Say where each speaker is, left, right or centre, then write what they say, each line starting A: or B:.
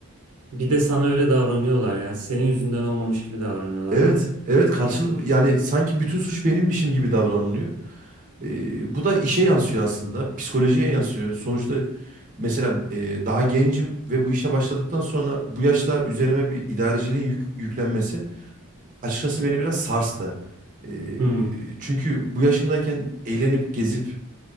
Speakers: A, on the right; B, on the right.
A: Bir de sana öyle davranıyorlar yani. Senin yüzünden olmamış gibi davranıyorlar
B: Evet,
A: değil mi?
B: evet karşılık yani sanki bütün suç benimmişim gibi davranılıyor. E, bu da işe yansıyor aslında, psikolojiye yansıyor. Sonuçta mesela e, daha gencim ve bu işe başladıktan sonra bu yaşta üzerime bir idareciliğin yük- yüklenmesi açıkçası beni biraz sarstı. Eee,
A: Hmm.
B: çünkü bu yaşımdayken eğlenip gezip